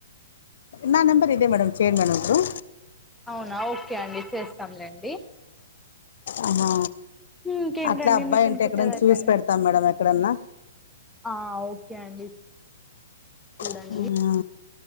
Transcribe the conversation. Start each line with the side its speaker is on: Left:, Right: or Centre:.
Left: నా నంబర్ ఇదే మేడం చేయన్ మేడం ఇప్పుడు
Centre: అవునా ఓకే అండి చేస్తాంలేండి.
Left: ఆహా
Centre: ఇంకేంటండి
Left: అట్లా అబ్బాయి
Centre: మిషన్
Left: అంటే
Centre: కుట్టేది
Left: ఎక్కడనా
Centre: అయిపోయిందా
Left: చూసి పెడ్తాం మేడం ఎక్కడన్నా
Centre: ఆ ఓకే అండి చూడండి
Left: ఆ